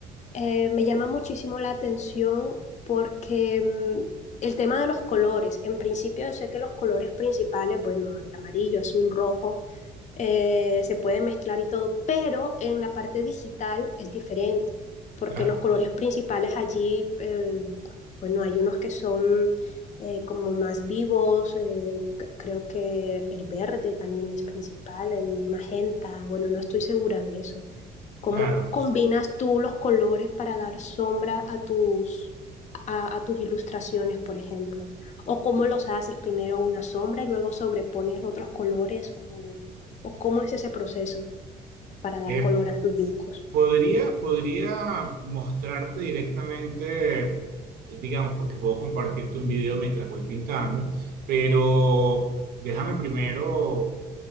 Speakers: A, on the left (about 45°); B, on the right (about 65°).
A: eh, me llama muchísimo la atención porque mm, el tema de los colores, en principio yo sé que los colores principales, bueno, el amarillo, azul, rojo, eh, se puede mezclar y todo, pero en la parte digital es diferente, porque
B: Claro,
A: los colores principales allí, eh, bueno, hay unos que son eh, como más vivos, eh, c- creo que el verde también es principal, el magenta, bueno, no estoy segura de eso. ¿Cómo
B: claro.
A: combinas tú los colores para dar sombra a tus, a, a tus ilustraciones, por ejemplo? ¿O cómo los haces? Primero una sombra y luego sobrepones otros colores. ¿O, o cómo es ese proceso para dar
B: Eh,
A: color a tus dibujos?
B: Podría, podría mostrarte directamente, eh, digamos, porque puedo compartirte un video mientras voy pintando, pero déjame primero